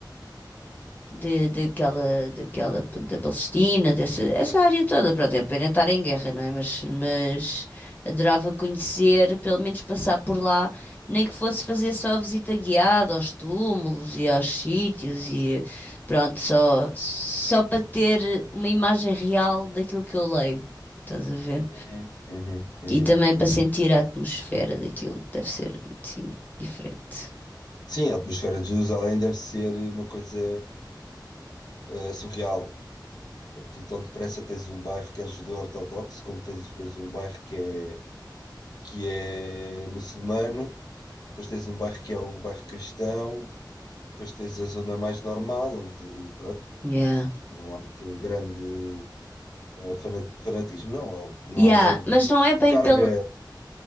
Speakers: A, on the left; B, on the left.
A: de, daquela, daquela, da Palestina, dessa, essa área toda. Pronto, é pena estar em guerra, não é? Mas, mas adorava conhecer, pelo menos passar por lá, nem que fosse fazer só a visita guiada aos túmulos e aos sítios e pronto, só, só para ter uma imagem real daquilo que eu leio. Estás a ver?
B: Uhum, uhum, uhum,
A: E também para
B: uhum.
A: sentir a atmosfera daquilo, deve ser assim, diferente.
B: Sim, a atmosfera de Jerusalém deve ser uma coisa eh, surreal. Aqui tão depressa tens um bairro que é judeu ortodoxo, como tens depois um bairro que é, que é muçulmano, depois tens um bairro que é o bairro cristão, depois tens a zona mais normal, onde pronto,
A: Yeah.
B: não há assim grande. eh, fana- fanatismo, não, ou não
A: Yeah,
B: há grande
A: mas não é bem
B: carga
A: pelo.